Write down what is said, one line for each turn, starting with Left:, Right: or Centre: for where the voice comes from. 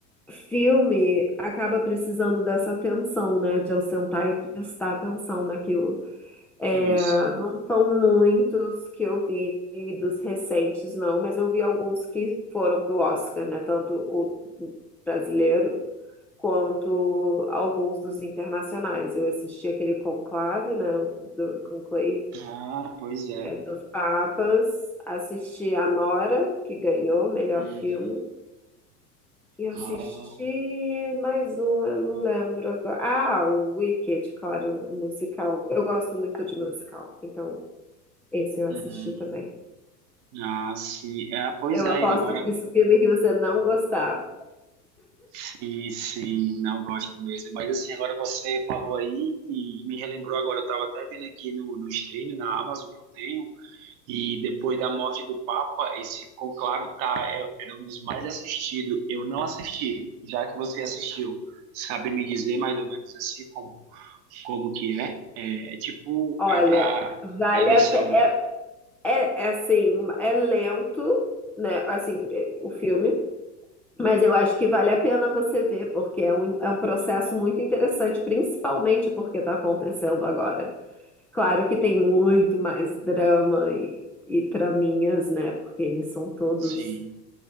Centre: filme acaba precisando dessa atenção, né? De eu sentar e prestar atenção naquilo. É,
Right: isso.
Centre: não são muitos que eu vi dos recentes, não, mas eu vi alguns que foram pro Oscar, né? Tanto o brasileiro quanto alguns dos internacionais. Eu assisti aquele Conclave, né? O do Conclave
Right: Ah, pois é.
Centre: dos Papas, assisti a Nora, que ganhou o melhor
Right: Hum.
Centre: filme, e assisti
Right: Ah,
Centre: mais uma, eu não lembro agora. Ah, o Wicked, claro, o musical. Eu gosto muito de musical, então esse eu
Right: hum.
Centre: assisti também.
Right: Ah, sim. Ah, pois
Centre: Eu
Right: é,
Centre: aposto
Right: agora
Centre: que esse filme que você não gostava.
Right: sim, sim, não gosto mesmo. Mas assim, agora você falou aí e me relembrou agora, eu estava até vendo aqui no, no stream, na Amazon que eu tenho, e depois da morte do Papa, esse conclave tá, é- era um dos mais assistidos. Eu não assisti, já que você assistiu. Sabe me dizer mais ou menos assim como, como que é? É, é tipo,
Centre: Olha,
Right: é para
Centre: vale
Right: eleição,
Centre: a pena.
Right: né?
Centre: É, é, é assim, é lento, né? Assim, é- o filme. Mas eu acho que vale a pena você ver, porque é um, é um processo muito interessante, principalmente porque está acontecendo agora. Claro que tem muito mais drama e, e traminhas, né? Porque eles são todos,
Right: Sim.